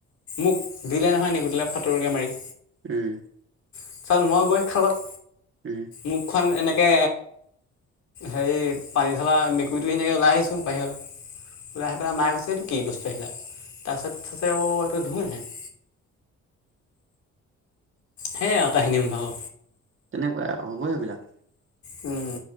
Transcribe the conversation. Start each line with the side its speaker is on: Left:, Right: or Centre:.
Left: মোক দিলে নহয় নেগুৰডালে ফাটোৰকে মাৰি।
Right: উম।
Left: পিছত মই গৈ খালত।
Right: উম,
Left: মুখখন এনেকে হেৰি, পানীঢলা মেকুৰীটো সেনেকে ওলাই আহিছোঁ বাহিৰলে। খুড়াহেতৰ মাই কৈছে এটো কি বস্তু আহিলে। তাৰপাছত চাইছে অ সেটো ধুন হে <unintelligible> হে আও কাহিনী মো ভাগ'।
Right: তেনেকুৱাই, হ'বই সেইবিলাক।
Left: উম।